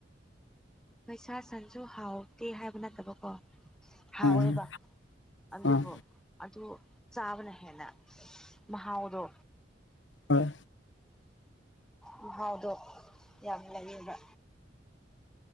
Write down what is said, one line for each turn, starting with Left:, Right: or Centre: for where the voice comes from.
Centre: ꯍꯣꯏ ꯁꯥ ꯁꯟꯁꯨ ꯍꯥꯎꯇꯦ ꯍꯥꯏꯕ ꯅꯠꯇꯕꯀꯣ ꯍꯥꯎꯋꯦꯕ
Left: ꯑꯥ
Centre: ꯑꯗꯨꯕꯨ
Left: ꯑꯥ
Centre: ꯑꯗꯨ ꯆꯥꯕꯅ ꯍꯦꯟꯅ ꯃꯍꯥꯎꯗꯣ
Left: ꯍꯣꯏ
Centre: ꯃꯍꯥꯎꯗꯣ ꯌꯥꯝ ꯂꯩꯌꯦꯕ